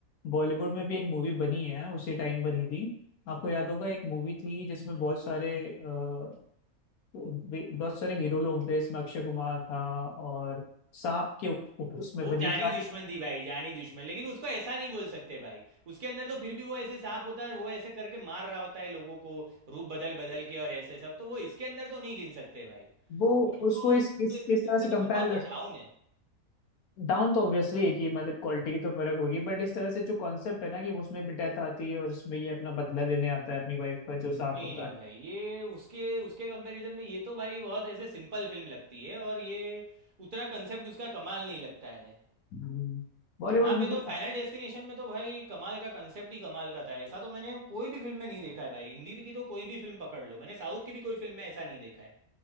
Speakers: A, on the left (about 85°); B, on the right (about 40°).
A: बॉलीवुड में भी एक मूवी बनी है उसी टाइम बनी थी आपको याद होगा एक मूवी थी जिसमें बहुत सारे अ, वे- बहुत सारे हीरो लोग थे इसमें अक्षय कुमार था और सांप के उप, उप- उसमें
B: वो
A: बनी
B: जानी
A: जानी
B: दुश्मन थी भाई जानी दुश्मन लेकिन उसको ऐसा नहीं बोल सकते भाई उसके अंदर तो फिर भी वो ऐसे सांप होता है वो ऐसे करके मार रहा होता है लोगों को रूप बदल बदल के और ऐसे सब तो वो इसके अंदर तो नहीं गिन सकते भाई
A: वो
B: ये तो
A: उसको इस
B: उससे
A: इस इस तरह
B: उससे
A: से
B: तो
A: कंपेयर
B: बहुत
A: कर
B: डाउन है
A: डाउन तो ऑब्वियसली एक ही मतलब क्वालिटी की तो फर्क होगी बट इस तरह से जो कॉन्सेप्ट है ना कि उसमें भी डेथ आती है और इसमें ये अपना बदला लेने आता है अपनी वाइफ का जो साफ
B: नहीं
A: होता
B: नहीं
A: है
B: भाई ये उसके उसके कंपैरिजन में ये तो भाई बहुत ऐसे सिंपल फिल्म लगती है और ये उतना कंसेप्ट उसका कमाल नहीं लगता है
A: हम्म। बॉलीवुड
B: यहाँ
A: में
B: पे तो
A: तो
B: फाइनल डेस्टिनेशन में तो भाई कमाल का कंसेप्ट ही कमाल का था ऐसा तो मैंने कोई भी फिल्म में नहीं देखा है भाई हिंदी की तो कोई भी फिल्म पकड़ लो मैंने साउथ की भी कोई फिल्म में ऐसा नहीं देखा है